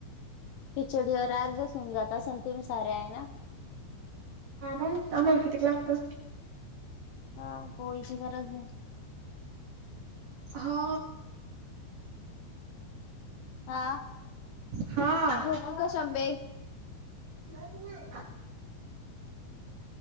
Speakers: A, on the left; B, on the right.
A: पिचडीवर आर्जसून जात असन तेन सारे आय नात
B: पण आम्हाला कितीक लागतस
A: हा गोळीची गरज नाही.
B: हा
A: <inaudible>
B: हा
A: झोपू जी शंभे
B: <unintelligible>